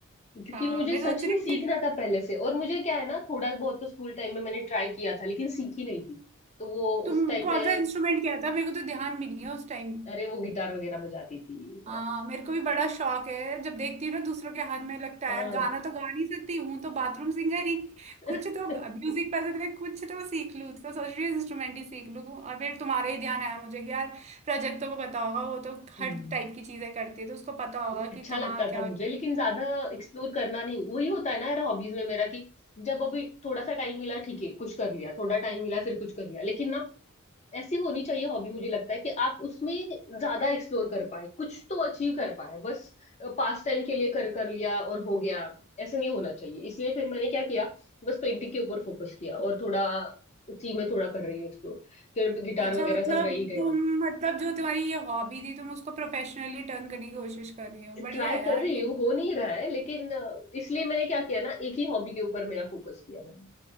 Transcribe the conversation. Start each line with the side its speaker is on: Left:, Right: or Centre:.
Left: क्योंकि
Right: हाँ
Left: मुझे
Right: मैं
Left: सच
Right: सोच रही
Left: में सीखना
Right: हूँ कि
Left: था पहले से और मुझे क्या है ना थोड़ा बहुत तो स्कूल टाइम में मैंने ट्राई किया था लेकिन सीखी नहीं थी तो वो
Right: तुम
Left: उस टाइम
Right: कौन
Left: पे
Right: सा इंस्ट्रूमेंट क्या था मेरे को तो ध्यान भी नहीं है उस टाइम
Left: अरे वो गिटार वगैरह बजाती थी इतना
Right: हाँ
Left: कुछ
Right: मेरे को भी बड़ा शौक है जब देखती हूँ ना दूसरों के हाथ में लगता है
Left: हाँ
Right: यार गाना तो गा नहीं सकती हूँ तो बाथरूम सिंगर ही
Left: <laughs>
Right: कुछ तो म्यूजिक पसंद है कुछ तो सीख लूँ तो सोच रही हूँ इंस्ट्रूमेंट ही सीख लूँ और फिर तुम्हारे ही ध्यान आया मुझे कि यार रजत को पता होगा वो तो
Left: हम्म।
Right: हर टाइप की चीजें करती है तो उसको पता होगा
Left: अच्छा
Right: कि कहाँ
Left: लगता
Right: क्या
Left: था मुझे लेकिन ज्यादा एक्सप्लोर करना नहीं वही होता है ना यार हॉबीज में मेरा कि जब अभी थोड़ा सा टाइम मिला ठीक है कुछ कर लिया थोड़ा टाइम मिला फिर कुछ कर लिया लेकिन ना ऐसी होनी चाहिए हॉबी मुझे लगता है कि आप उसमें ज्यादा एक्सप्लोर कर पाए कुछ तो अचीव कर पाए बस पास टाइम के लिए कर कर लिया और हो गया ऐसा नहीं होना चाहिए इसलिए फिर मैंने क्या किया बस पेंटिंग के ऊपर फोकस किया और थोड़ा उसी में थोड़ा कर रही हूँ एक्सप्लोर फिर गिटार
Right: अच्छा
Left: वगैरह
Right: मतलब
Left: सब रह ही गया
Right: तुम मतलब जो तुम्हारी ये हॉबी थी तुम उसको प्रोफेशनली टर्न करने की कोशिश कर रही हो बढ़िया
Left: ट्राई
Right: है यार
Left: कर रही हूँ
Right: ये
Left: हो नहीं रहा है लेकिन अ, इसलिए मैंने क्या किया ना एक ही हॉबी के ऊपर मेरा फोकस किया मैंने